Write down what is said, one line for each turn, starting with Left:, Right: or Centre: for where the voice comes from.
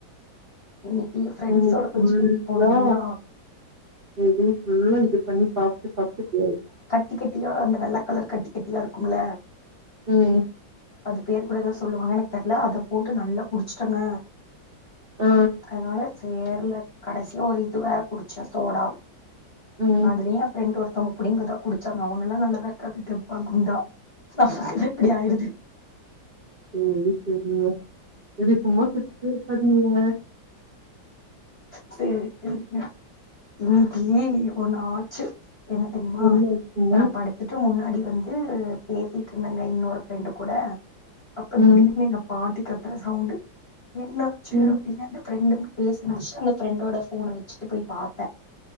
Left: இன்னைக்கு ஃப்ரெண்ட்ஸோட
Right: எனக்கு
Left: கொஞ்சோ
Right: ஃபுல்லா
Left: வெளிய போனனுங்களா
Right: எது ஃபுல்லா இது தண்ணி சாப்ட்டு சாப்ட்டு இப்டி ஆயி
Left: கட்ட கட்டியா அந்த வெள்ளக்கலர் கட்டி கட்டியா இருக்கும்ல
Right: ம்
Left: அது பேர் கூட ஏதோ சொல்லுவாங்க எனக்கு தெரில அத போட்டு நல்லா குடிச்சுட்டேங்க
Right: ஆ
Left: அதனால சேரல கடைசில ஒரு இது வேற குடிச்ச சோடா
Right: ம்
Left: அதுலயு எ ஃபிரெண்ட் ஒருத்தவங்க புடிங்கிதா குடிச்சாங்க அவங்கல்லா நல்லதா க்காங்க தெம்பா குண்டா நமக்குதா இப்டி ஆயிடுது
Right: சேரி சேரிங்க, இப்டி சும்மா சிரிச்சுகிட்டே இருக்காதீங்கங்க
Left: சேரி சேரிங்க இன்னைக்கு ஒண்ணு ஆச்சு என்ன தெரிமா
Right: என்ன ஆச்சுங்க
Left: இப்ப நா படுத் துட்டு முன்னாடி வந்து பேசிட்டு இருந்தங்க இன்னோரு ஃப்ரெண்டு கூட அப்ப
Right: ம்
Left: திடீர்னு எங்க பாட்டி கத்துற சவுண்ட் என்னாச்சு
Right: ம்
Left: அப்டின்னு அந்த ஃப்ரெண்டு பேசி முடிச்சுட்டு அந்த ஃப்ரெண்டோட ஃபோன வச்சுட்டு போய் பாத்தே